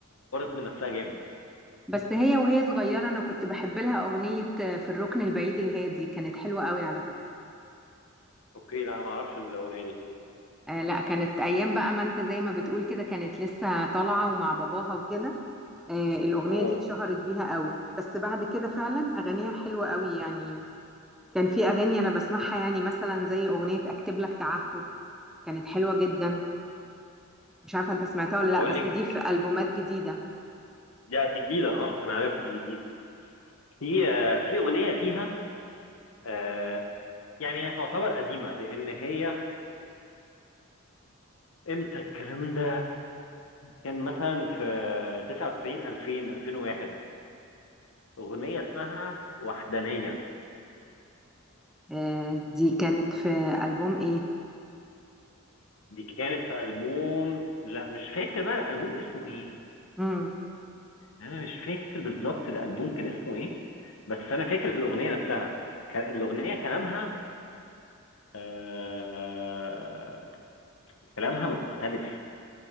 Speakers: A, on the left; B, in the centre.
A: من نفسها جامد
B: بس هي وهي صغيرة أنا كنت بحب لها أغنية آه، في الركن البعيد الهادي كانت حلوة قوي على فكرة
A: اوكي لا انا ما اعرفش الاغنيه دي
B: آه لا كانت ايام بقى ما انت زي ما بتقول كده كانت لسه طالعه ومع باباها وكده آه الاغنيه
A: اه
B: دي اتشهرت بيها قوي بس بعد كده فعلا اغانيها حلوه قوي يعني كان في اغاني انا بسمعها يعني مثلا زي اغنيه اكتب لك تعهد كانت حلوه جدا مش عارفه انت سمعتها ولا لا
A: اقول
B: بس
A: لك
B: دي في البومات جديده
A: دي دي جديده اه انا عارفها دي جديده في آه، في أغنية ليها آه، يعني هي تعتبر قديمة لأن هي امتى الكلام ده كان مثلا في 99 2000 2001 أغنية اسمها وحدانية
B: آه دي كانت في البوم ايه
A: دي كانت في ألبوم لا مش فاكر بقى الألبوم اسمه إيه
B: امم
A: يعني أنا مش فاكر بالظبط الألبوم كان اسمه إيه بس أنا فاكر الأغنية نفسها ك- الأغنية كلامها آه، آه، كلامها مختلف